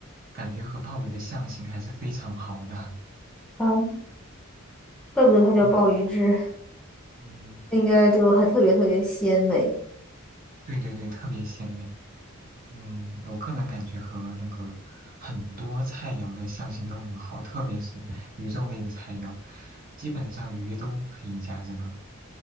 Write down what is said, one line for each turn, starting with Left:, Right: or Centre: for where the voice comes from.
Right: 感觉和鲍鱼的相性还是非常好的。
Centre: 哦，怪不得它叫鲍鱼汁，
Right: <laughs> 嗯嗯，
Centre: 那应该就很特别特别鲜美。
Right: 对对对，特别鲜美。嗯，我个人感觉和那个很多菜肴的相性都很好，特别是鱼肉类的菜肴，基本上鱼都可以加这个。